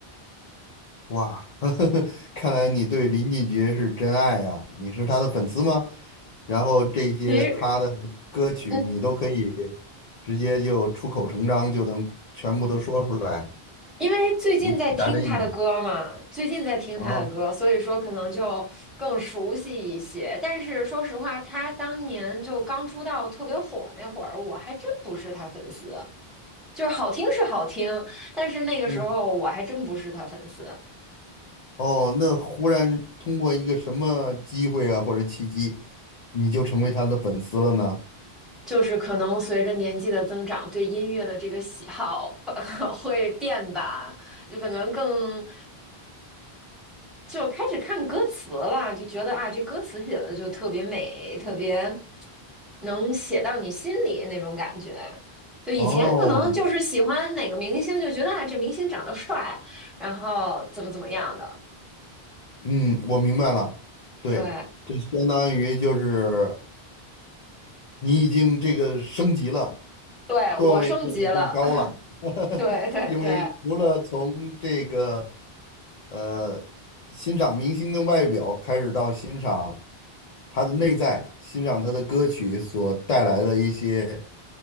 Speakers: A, on the left; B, in the centre.
A: 哇，<laughs> 呵呵看来你对林俊杰是真爱呀、你是他的粉丝吗？然后这些他的歌曲你都可以
B: 其实，嗯，
A: 直接就出口成章，就能全部都说出来，
B: 因为最近在听他的歌嘛，
A: 如数家珍一样
B: 最近在听他的歌，
A: 啊。
B: 所以说可能就更熟悉一些。但是说实话，他当年就刚出道特别火那会儿，我还真不是他粉丝。就是好听是好听，但是那个时候我还真不是他粉丝。
A: 嗯，哦，那忽然通过一个什么机会啊或者契机，你就成为他的粉丝了呢？
B: 就是可能随着年纪的增长，对音乐的这个喜好 <laughs> 会变吧，就可能更就开始看歌词了，就觉得啊，这歌词写的就特别美，特别能写到你心里那种感觉。就以前可能就是喜欢哪个明星，
A: 哦，
B: 就觉得啊，这明星长得帅，然后怎么怎么样的。
A: 嗯，我明白了，对，
B: 对，
A: 这相当于就是你已经这个升级了，
B: 对，
A: 段位变得更高了，
B: 我升级了，<laughs>
A: <laughs>
B: 对对对
A: 因为除了从这个呃欣赏明星的外表开始，到欣赏他的内在，欣赏他的歌曲所带来的一些